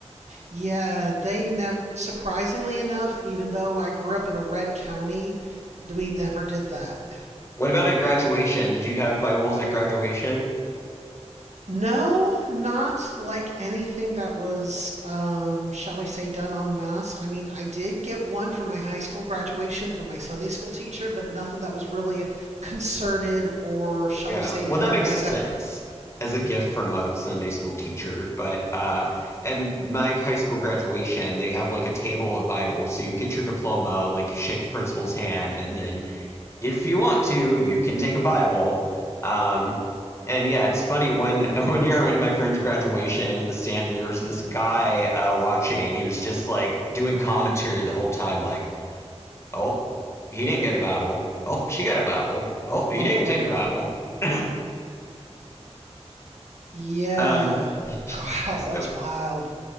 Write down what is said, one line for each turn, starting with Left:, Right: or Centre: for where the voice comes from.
Right: Yeah, they never, surprisingly enough, even though I grew up in a red county, we never did that.
Left: What about at graduation? Did you have Bibles at graduation?
Right: No, not like anything that was, um, shall we say, done en masse. I mean, I did get one for my high school graduation from my Sunday school teacher, but nothing that was really a concerted or, shall
Left: Yeah.
Right: we say,
Left: Well,
Right: an
Left: that
Right: organized
Left: makes sense
Right: effort.
Left: as a gift from a Sunday school teacher. But uh and my high school graduation, they have like a table of Bibles. So you get your diploma, like you shake the principal's hand, and then if you want to, you can take a Bible. Um and yeah, it's funny when <laughs> one year I went to my friend's graduation in the stands, there was this guy uh watching. He was just like doing commentary the whole time, like Oh, he didn't get a Bible. Oh, she got a Bible. Oh, he
Right: Oh,
Left: didn't
Right: word.
Left: take the Bible. <laughs>
Right: Yeah.
Left: um,
Right: <laughs> Wow,
Left: so,
Right: that's wild.